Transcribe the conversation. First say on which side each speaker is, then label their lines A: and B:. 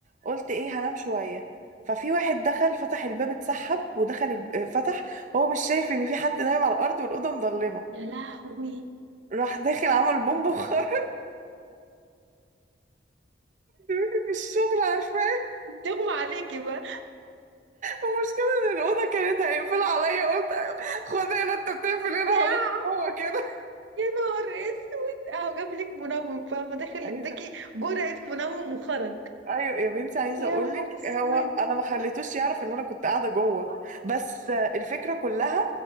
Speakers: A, on the right; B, on the right.
A: قلت إيه هنام شوية ففي واحد دخل فتح الباب اتسحب ودخل الب- فتح هو مش شايف إن في حد نايم على الأرض والأوضة مظلمة
B: يا لهوي
A: راح داخل عمل بومب وخرج <laughs> مني من الشغل عارفة
B: تغمى عليكي بقى
A: المشكلة إن الأوضة كانت هيقفل عليا قلت خد هنا أنت بتقفل هنا
B: يا
A: هموت هو كده
B: يا نهار اسود اهو جابلك منوم فاهمة داخل اداكي
A: عايزة
B: جرعة منوم وخرج
A: أيوة يا بنتي عايزة
B: يا
A: أقولك
B: نهار اسود
A: هو أنا ما خليتوش يعرف إن أنا كنت قاعدة جوه بس الفكرة كلها